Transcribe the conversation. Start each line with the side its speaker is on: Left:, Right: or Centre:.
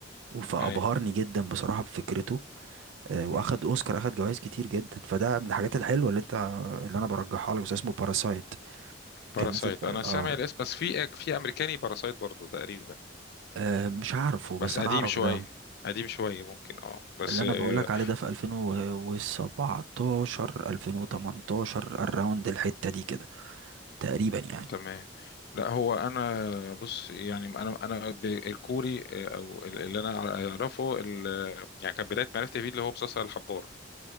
Right: فابهرني
Left: اي
Right: جدا بصراحه بفكرته آه، واخد
Left: مم.
Right: اوسكار اخد جوائز كتير جدا فده من الحاجات الحلوه اللي انت اللي انا برجحها لك بس اسمه باراسايت كان
Left: باراسايت
Right: نازل
Left: انا سامع
Right: اه
Left: الاسم بس في في امريكاني باراسايت برضو تقريبا
Right: آه، مش عارفه بس
Left: بس
Right: انا
Left: قديم
Right: اعرف
Left: شويه
Right: ده
Left: قديم شويه ممكن اه بس
Right: اللي انا
Left: آه.
Right: بقولك عليه ده في 2017 2018 الراوند الحتة دي كده تقريبا يعني
Left: تمام لا هو انا بص يعني انا انا ب- الكوري آه، او اللي انا اعرفه ال- يعني كانت بدايه معرفتي بيه اللي هو مسلسل الحبار